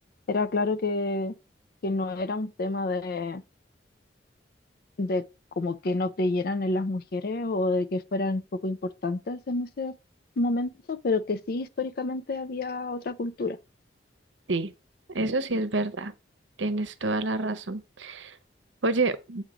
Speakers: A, on the left (about 55°); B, on the right (about 80°).
A: era claro que, que no era un tema de, de como que no creyeran en las mujeres o de que fueran poco importantes en ese momento, pero que sí históricamente había otra cultura.
B: Sí, eso sí es verdad. Tienes toda la razón. Oye,